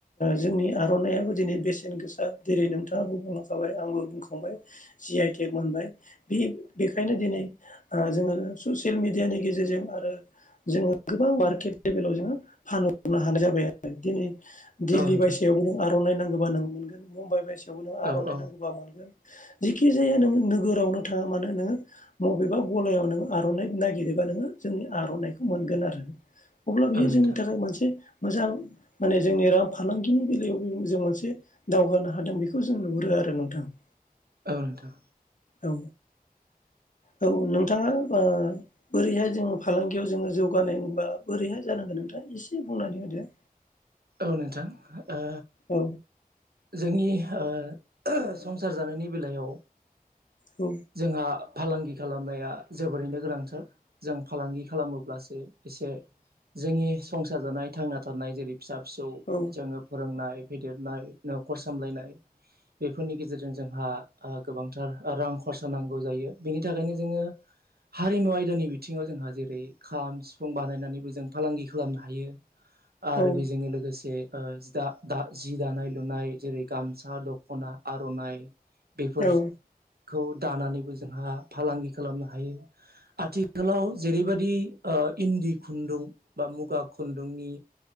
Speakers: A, on the left; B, on the right.
A: जोंनि आरनायाबो दिनै बेसेन गोसा जेरै नोंथाङाबो बुंलांखाबाय आंबो बुंखांबाय जि आइ टेक मोनबाय बे बेखायनो दिनै। ओ जोङो ससियेल मिडियानि गेजेरजों आरो जोङो गोबां मार्केट लेभेलाव जोङो फानहरनो हानाय जाबाय आरो दिनै दिल्ली
B: नोंथां
A: बायसयावबो आर'नाइ नांगौबा नों मोनगोन मुम्बाइ बायसियावबो नों
B: औ
A: आर'नाइ
B: औ नोंथां औ
A: नांगौबा मोनगोन। जेखि जाया नों नोगोरावनो थाङा मानो नोङो मबेबा गलायाव नो आर'नाइ नागिरोबा नो जोंनि आर'नाइखौ मोनगोन आरो अब्ला बियो
B: औ नोंथां
A: जोंनि थाखाय मोनसे मोजां माने जोंनि रां फालांगिनि बेलायावबो जों मोनसे दावगानो हादों बेखौ जों नुहुरो। <unintelligible> नोंथां ।
B: औ नोंथां।
A: औ। औ नोंथाङा ओ बोरैहाय जों फालांगियाव जोङो जौगानोबा बोरैहाय जानांगोन नोंथां? दा एसे बुंनानै होदो।
B: औ नोंथां हो ओ
A: औ
B: जोंनि ओ ओहोह संसार जानायनि बेलायाव
A: औ
B: जोंहा फालांगि खालामनाया जोबोरैनो गोनांथार जों फालांगि खालामोब्लासो एसे जोंनि संसार जानाय थांना थानाय जेरै फिसा फिसौ
A: औ
B: जोङो फोरोंनाय फेदेरनाय न'खर सामलायनाय बेफोरनि गेजेरजों जोंहाओ गोबांथार रां खरसा नांगौ जायो बेनि थाखायनो जोङो हारिमु आयदानि बिथिङाव जोंहा जेरै खाम सिफुं बानायनानैबो जों फालांगि खालामनो हायो।
A: औ
B: आरो बेजोंनो लोगोसे ओ जि दा दा जि दानाय लुनाय जेरै गामसा दख'ना आर'नाइ बेफोर
A: औ
B: खौ दानानैबो जोंहा फालांगि खालामनो हायो आथिखालाव जेरैबायदि ओ इन्दि खुन्दुं बा मुगा खुन्दुंनि